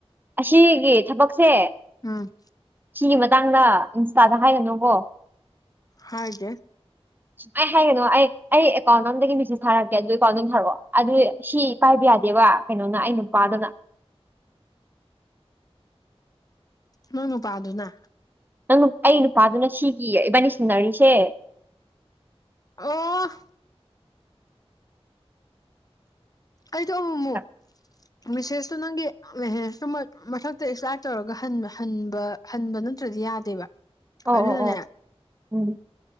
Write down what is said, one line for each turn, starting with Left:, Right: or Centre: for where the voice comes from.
Right: ꯑꯁꯤꯒꯤ ꯊꯕꯛꯁꯦ
Left: ꯑꯝ
Right: ꯁꯤꯒꯤ ꯃꯇꯥꯡꯗ ꯏꯟꯁꯇꯥꯗ ꯍꯥꯏꯒꯅꯨꯀꯣ
Left: ꯍꯥꯏꯗꯦ
Right: <unintelligible> ꯁꯨꯃꯥꯏꯅ ꯍꯥꯏꯒꯅꯣ ꯑꯩ ꯑꯦꯀꯥꯎꯟ ꯑꯝꯗꯒꯤ ꯃꯦꯆꯦꯖ ꯊꯥꯔꯛꯀꯦ ꯑꯗꯨ ꯑꯦꯀꯥꯎꯟꯗꯣꯝ ꯊꯥꯔꯛꯑꯣ ꯑꯗꯨ ꯁꯤ ꯄꯥꯏꯕ ꯌꯥꯗꯦꯕ ꯀꯩꯅꯣꯅ ꯑꯩ ꯅꯨꯄꯥꯗꯨꯅ
Left: ꯅꯣꯏ ꯅꯨꯄꯥꯗꯨꯅ
Right: ꯅꯪ ꯑꯩ ꯅꯨꯄꯥꯗꯨꯅ ꯁꯤꯒꯤ ꯏꯕꯥꯅꯤ ꯁꯤꯅꯔꯤꯁꯦ
Left: ꯑꯣ ꯀꯩꯗꯣꯃꯨꯃꯨꯛ
Right: <unintelligible>
Left: ꯃꯦꯁꯦꯁꯇꯨ ꯅꯪꯒꯤ ꯃꯦꯁꯦꯁꯇꯨ ꯃꯊꯛꯇ ꯑꯦꯛꯇꯥꯔꯠ ꯇꯧꯔꯒꯕ ꯍꯟꯕ ꯍꯟꯕ ꯅꯠꯇ꯭ꯔꯗꯤ ꯌꯥꯗꯦꯕ
Right: ꯑꯣ
Left: ꯑꯗꯨꯅꯅꯦ
Right: ꯑꯣ ꯑꯣ ꯎꯝ